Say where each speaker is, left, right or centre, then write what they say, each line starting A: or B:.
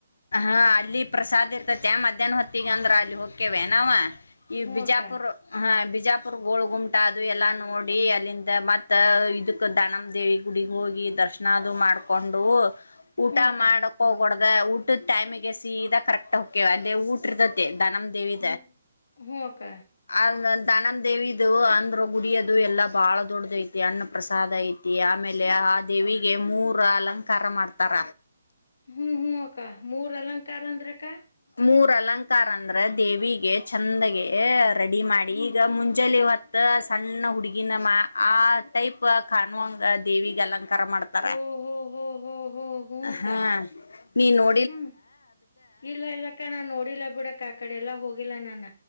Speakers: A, on the left; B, on the left.
A: ಹಾ ಅಲ್ಲಿ ಪ್ರಸಾದ್ ಇರ್ತತಿ ಆ ಮಧ್ಯಾಹ್ನ ಹೊತ್ತ. ತಿಗಂದ್ರ ಅಲ್ಲಿ ಹೋಕ್ಕವೆ ನಾವ ಈ
B: ಹ್ಞೂ
A: ಬಿಜಾಪುರ್
B: ಅಕ್ಕ
A: ಹ್ಮ್ ಬಿಜಾಪುರ ಗೋಳ ಗುಮಟ ಅದು ಎಲ್ಲ ನೋಡಿ ಅಲ್ಲಿಂದ ಮತ್ತು ಇದಕ್ಕೆ ದನಮ ದೇವಿ ಗುಡಿಗೆ ಹೋಗಿ ದರ್ಶನ ಅದು ಮಾಡಿಕೊಂಡು ಊಟ
B: ಹ್ಞೂ ಅಕ್ಕ
A: ಮಾಡಕ್ ಹೋಗೋಡ ಅದ ಊ ಟೈಮಿಗೆ ಸೀದಾ ಕರೆಕ್ಟ್ ಹೋಗಕೇವ ಅಲ್ಲೆ ಊಟ ಇರ್ತತ್ತೇ ದಾನಮ್ಮ ದೇವಿ
B: ಹ್ಞೂ ಹ್ಞೂ ಅಕ್ಕ
A: ಆದ ದನಮ್ ದೇವಿದ ಅಂದ್ರ ಗುಡಿಯದು ಎಲ್ಲ ಬಾಳ ದೊಡ್ಡದ ಐತಿ ಅನ್ನ ಪ್ರಸಾದ ಐತಿ ಆಮೇಲೆ ಆ ದೇವಿಗೆ ಮೂರ ಅಲಂಕಾರ ಮಾಡ್ತಾರ.
B: ಹ್ಮ್ ಹ್ಮ್ ಅಕ್ ಅ ಕ್ಕ ಮೂರ್ ಅಲಂಕಾರ ಅಂದ್ರಕ್ಕ.
A: ಮೂರ್ ಅಲಂಕಾರ ಅಂದ್ರೆ ದೇವಿಗೆ ಚಂದಗೆ. ರೆಡಿ ಮಾಡಿ
B: ಹ್ಮ್
A: ಈಗ ಮುಂಜಲಿ ವತ್ತು ಸಣ್ಣ ಹುಡುಗಿನಮ್ಮ ಆ ಟೈಪ್ ಕಾಣುವಂಗ ದೇವಿಗಲಂಕಾ ಮಾಡ್ತ
B: ಹೋ ಹೋ ಹೋ ಹೋ ಹೋ ಹ್ಞೂ ಅಕ್ಕ
A: ಹ ನೀ ನೋ
B: ಹ್ಮ್ ಇಲ್ಲ ಇಲ್ಲ ಅಕ್ಕ ನಾನು ನೋಡಿಲ್ಲ ಬಿಡು ಅಕ್ಕ ಆ ಕಡೆ ಎಲ್ಲಾ ಹೋಗಿಲ್ಲ ನಾನ